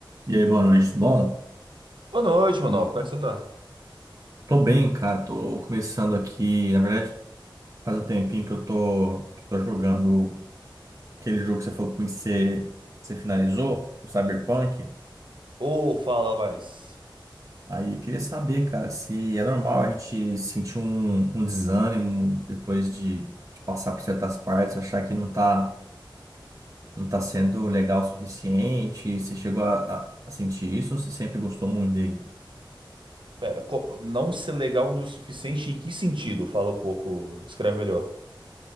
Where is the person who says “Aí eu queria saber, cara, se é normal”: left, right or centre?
Right